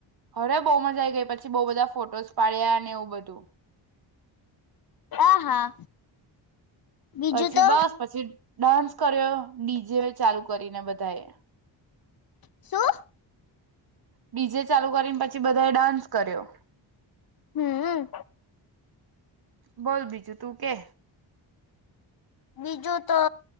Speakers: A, on the right; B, on the left.
A: અરે બહુ મજા આવી ગઈ પછી બહુ બધા ફોટોસ પાડ્યા નર એવું બધું.
B: હા હા, બીજું
A: પછી
B: તો.
A: બસ પછી ડાન્સ કર્યો ડીજે ચાલુ કરીને બધા એ.
B: શું?
A: ડીજે ચાલુ કરીને પછી બધાએ ડાન્સ કર્યો.
B: હમ.
A: બોલ બીજું તું કે.
B: બીજું તો